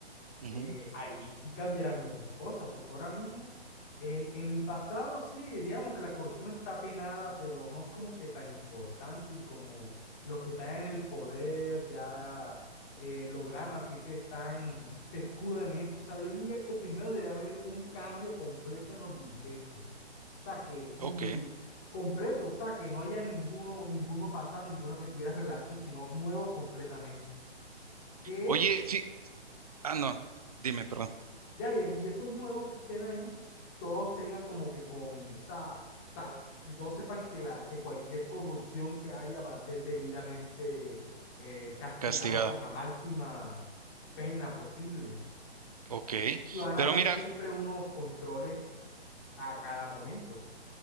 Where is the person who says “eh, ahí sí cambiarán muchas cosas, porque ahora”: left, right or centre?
Left